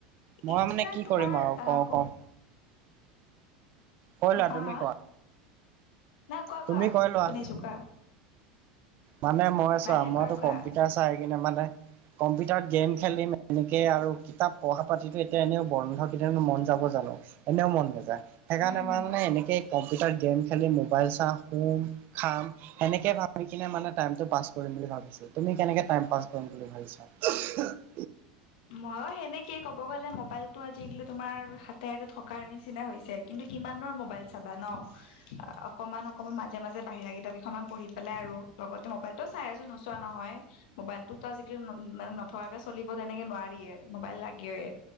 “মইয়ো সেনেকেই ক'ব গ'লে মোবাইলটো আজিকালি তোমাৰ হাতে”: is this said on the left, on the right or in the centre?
Left